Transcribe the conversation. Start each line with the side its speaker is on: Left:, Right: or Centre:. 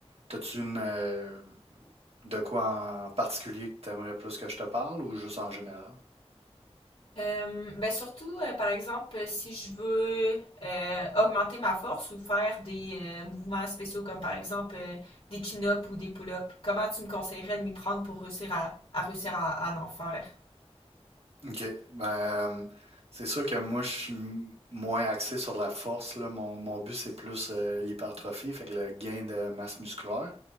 Right: T'as-tu une euh, de quoi en particulier que t'aimerais plus que je te parle ou juste en général?
Left: Euh, ben surtout, euh, par exemple, si je veux euh, augmenter ma force ou faire des euh, mouvements spéciaux comme par exemple euh, des chin-ups ou des pull-ups, comment tu me conseillerais de m'y prendre pour réussir à, à réussir à, à en faire?
Right: OK. Ben, euh, c'est sûr que moi, je suis m- moins axé sur la force, là. Mon, mon but, c'est plus euh, l'hypertrophie, fait que le gain de masse musculaire.